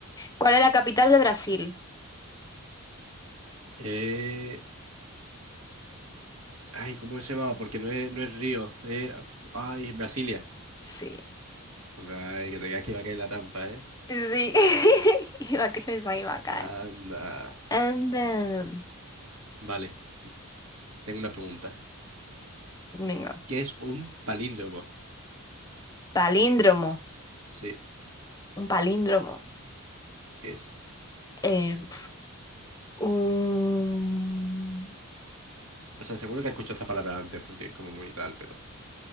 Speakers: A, on the left (about 15°); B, on the right (about 80°).
A: ¿cuál es la capital de Brasil?
B: Eh... Ay, ¿cómo se llamaba? Porque no es, no es Río. eh, f- Ay, Brasilia.
A: Sí,
B: Ay, que te creas que iba a caer en la trampa, ¿eh?
A: sí. <laughs> Iba a pensar que iba a caer.
B: Anda.
A: And then,
B: Vale, tengo una pregunta.
A: venga,
B: que es un palíndromo?
A: palíndromo,
B: Sí,
A: un palíndromo.
B: ¿qué es?
A: Eh, pf, un...
B: O sea, seguro que has escuchado esta palabra antes porque es como muy tal, pero